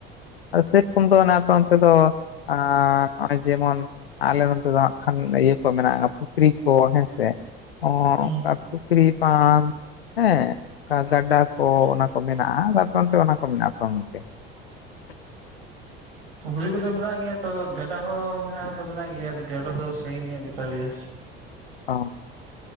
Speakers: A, on the left; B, on the right.
A: ᱥᱮᱯᱠᱚᱢ ᱫᱚ ᱚᱱᱮ ᱟᱯᱮ ᱚᱱᱛᱮ ᱫᱚ ᱟ ᱚᱭ ᱡᱮᱢᱚᱱ᱾ ᱟᱞᱮ ᱚᱱᱛᱮ ᱫᱚ ᱦᱟᱜ ᱠᱷᱟᱱ ᱤᱭᱟᱹ ᱠᱚ ᱢᱮᱱᱟᱜᱼᱟ ᱯᱩᱠᱷᱨᱤ ᱠᱚ ᱦᱮᱸᱥᱮ ᱚᱼᱚᱱᱠᱟ
B: ᱦᱩᱸ
A: ᱾ ᱯᱩᱠᱷᱨᱤ ᱯᱟᱱ ᱦᱮᱸ ᱜᱟᱰᱟ ᱠᱚ ᱚᱱᱟ ᱠᱚ ᱢᱮᱱᱟᱜᱼᱟ ᱛᱟᱨᱯᱚᱨ ᱛᱮ ᱚᱱᱟ ᱠᱚ ᱢᱮᱱᱟᱜᱼᱟ ᱥᱚᱝᱛᱮ ᱾ <inaudible>
B: ᱯᱩᱠᱷᱨᱤ ᱠᱚᱫᱚ ᱢᱮᱱᱟᱜ ᱜᱮᱭᱟ, ᱛᱚ ᱜᱟᱰᱟ ᱦᱚᱸ ᱢᱮᱱᱟᱜ ᱫᱚ ᱢᱮᱱᱟᱜ ᱜᱮᱭᱟ ᱜᱟᱰᱟ ᱫᱚ ᱥᱟᱺᱜᱤᱧ ᱧᱚᱜ ᱜᱮᱛᱟᱞᱮᱭᱟ ᱾
A: ᱚ